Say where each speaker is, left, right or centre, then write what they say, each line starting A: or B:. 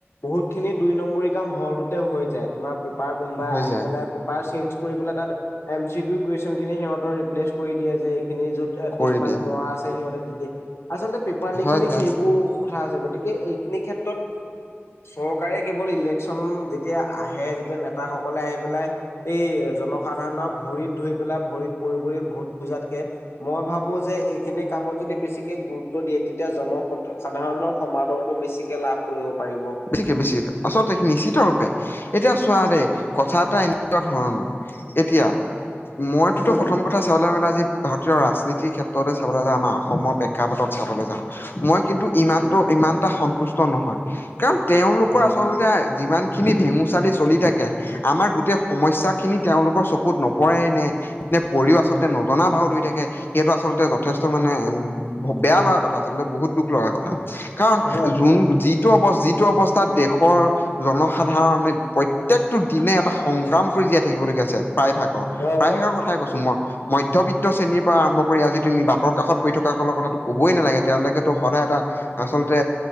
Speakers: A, on the left; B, on the left.
A: বহুতখিনি দুই নম্বৰী কাম হলটোতে হৈ যায় তোমাৰ বা কোনোবাই
B: হৈ
A: আহি
B: যায়
A: পেলাই পেপাৰ চেঞ্জ কৰি পেলাই তাত এমি চি কিউ কোয়েশ্বন খিনি সিহঁতৰ ৰিপ্লেছ কৰি দিয়ে যে এইখিনি যত
B: কৰি
A: টিক মাক
B: দিয়ে
A: মৰা আছে সিহঁতে দি দিয়ে, আচলতে পেপাৰ লিক
B: হয়
A: খিনি
B: হয়
A: সেইবোৰ কথা আছে, গতিকে এইখিনি ক্ষেত্ৰত চৰকাৰে কেৱল ইলেকচন যেতিয়া আহে, যেতিয়া নেতাসকলে আহি পেলাই এই জনসাধাৰণৰ ভৰিত ধৰি পেলাই ভৰিত পৰি- পৰি ভোট খোজাতকে মই ভাবো যে এইখিনি কামত যদি বেছিকে গুৰুত্ব দিয়ে, তেতিয়া জন সাধাৰণৰ সমাদৰটো বেছি কে লাভ কৰিব পাৰিব।
B: বেছিকে বেছি, আচলতে নিশ্চিত ৰূপে এতিয়া চোৱা দেই কথা এটা এনেকুৱা ধৰণৰ এতিয়া মইতোটো
A: উম
B: প্ৰথম কথা চাবলৈ গ'লে আজি ভাৰতীয় ৰাজনীতিৰ ক্ষেত্ৰতে চাবলৈ গ'লে আমাৰ অসমৰ প্ৰে ক্ষাপটত চাবলে যাওঁ, মই কিন্তু ইমানটো
A: উম
B: ইমানটা সন্তুষ্ট নহয়। কাৰণ তেওঁলোকৰ
A: উম
B: আচলতে যিমান খিনি ভেঙুচালি চলি থাকে আমাৰ গোটেই সমস্যা খিনি তেওঁলোকৰ চকুত নপৰেই নে নে পৰিও আচলতে নজনা ভাও ধৰি থাকে, সেইটো আচলতে যথেষ্ট মানে বেয়া লগা কথা আচলতে বহুত দুখ লগা কথা, কাৰণ
A: হয়
B: যোন যিটো অৱ যি টো অৱস্থাত দেশৰ জনসাধাৰণে প্ৰত্যেকটো দিনে এটা সংগ্ৰাম কৰি জীয়াই থাকিব লগীয়া হৈছে প্ৰায় ভাগৰ।
A: হয়
B: প্ৰায়হাৰ
A: হয়
B: কথাই কৈছো মই। মধ্যবিত্ত শ্ৰেণীৰ পৰা আৰম্ভ কৰি আজি তুমি বাটৰ কাষত পৰি থকা সকলৰ কথাটো কবই নালাগে তেওঁলোকেতো সদায় এটা আচলতে